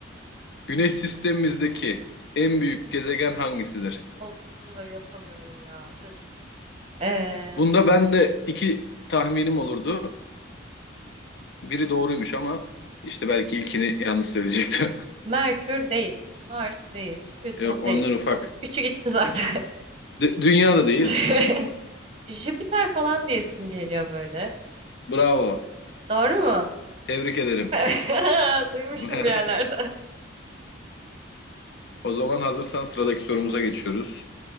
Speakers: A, on the left; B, on the right.
A: Güneş sistemimizdeki en büyük gezegen hangisidir?
B: Of, bunları yapamıyorum ya. Dur. Ee,
A: Bunda ben de iki tahminim olurdu. Biri doğruymuş ama işte belki ilkini yanlış söyleyecektim.
B: Merkür değil. Mars değil. Plüton
A: <laughs> Yok onlar
B: değil.
A: ufak.
B: Hop, üçü gitti zaten.
A: Dü- dünya da değil.
B: <laughs> Jüpiter falan diyesim geliyor böyle.
A: Bravo.
B: Doğru mu?
A: Tebrik ederim.
B: <laughs> Duymuşum
A: <laughs>
B: bir yerlerden.
A: O zaman hazırsan sıradaki sorumuza geçiyoruz.